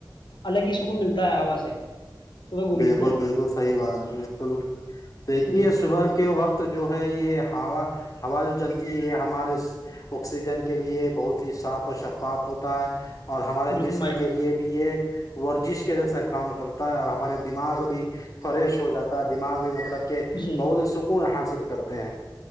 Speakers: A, on the left (about 85°); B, on the left (about 45°).
A: الگ ہی سکون ملتا ہے ہوا سے صبح گھومنے
B: بالکل
A: سے
B: بالکل صحیح بات ہے بالکل دیکھیے
A: جی
B: صبح کے وقت تو جو ہے یہ ہا ہوا جو چلتی کہ یہ ہمارے آکسیجن کے لیے بہت ہی صاف اور شفاات ہوتا ہے اور ہمارے
A: بالکل
B: جسم
A: مائ
B: کے لیے بھی یہ ورزش کے جرس کام کرتا ہے اور ہمارے دماغ بھی فریش ہو جاتا ہے دماغ بھی مطلب کہ
A: جی
B: بہت ہی سکون حاصل کرتا ا